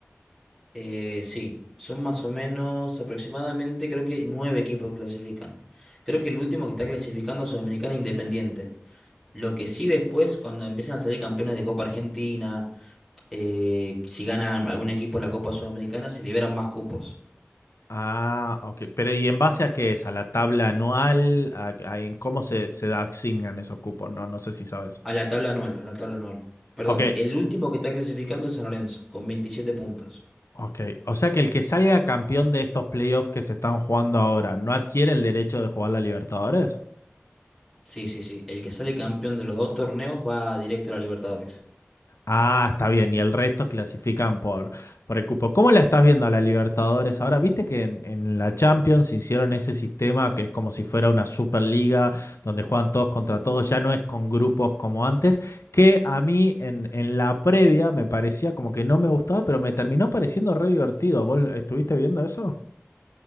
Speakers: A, in the centre; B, on the left.
A: Eh, sí, son más o menos aproximadamente creo que nueve equipos que clasifican. Creo que el último que está clasificando a Sudamericana es Independiente. Lo que sí después, cuando empiezan a salir campeones de Copa Argentina, eh, si ganan algún equipo la Copa Sudamericana, se liberan más cupos.
B: Ah, ok. Pero ¿y en base a qué es? ¿A la tabla anual? ¿A, a- en cómo se, se asignan esos cupos? No, no sé si sabes.
A: A la tabla anual, a la tabla anual. Perdón,
B: Ok,
A: el último que está clasificando es San Lorenzo, con 27 puntos.
B: Ok, o sea que el que salga campeón de estos playoffs que se están jugando ahora no adquiere el derecho de jugar la Libertadores.
A: Sí, sí, sí. El que sale campeón de los dos torneos va directo a la Libertadores.
B: Ah, está bien, y el resto clasifican por, por el cupo. ¿Cómo la estás viendo a la Libertadores ahora? Viste que en, en la Champions hicieron ese sistema que es como si fuera una Superliga donde juegan todos contra todos, ya no es con grupos como antes, que a mí en, en la previa me parecía como que no me gustaba, pero me terminó pareciendo re divertido. ¿Vos estuviste viendo eso?